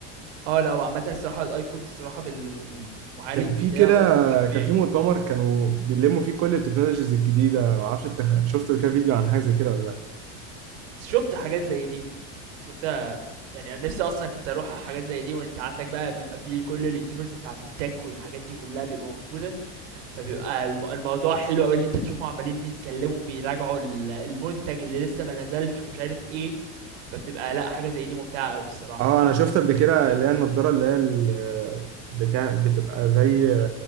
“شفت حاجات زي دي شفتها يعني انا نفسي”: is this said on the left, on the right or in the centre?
Right